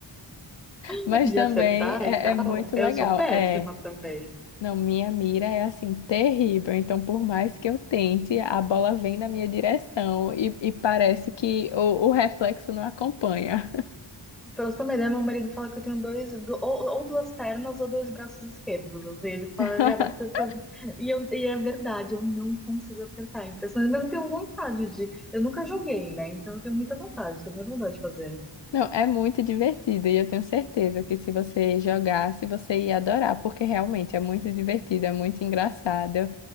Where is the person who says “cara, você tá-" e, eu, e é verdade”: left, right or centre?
Centre